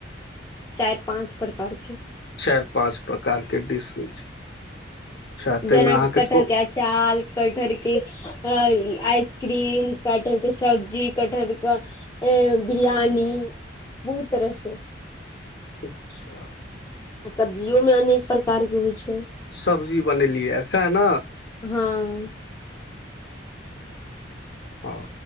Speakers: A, on the left; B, on the left.
A: चारि पाँच प्रकार के
B: चारि पाँच प्रकारके डिश होय छै अच्छा ताहिमे
A: जेना
B: अहाँके
A: कि कटहर
B: को
A: के अचार कटहरके अ आइसक्रीम कटहर के सब्जी कटहर के अ बिरियानी बहुत तरस
B: अच्छा
A: आ सब्जियोमे अनेक प्रकार के होय छै
B: सब्जी बनेलियै सएह न
A: हँ
B: ह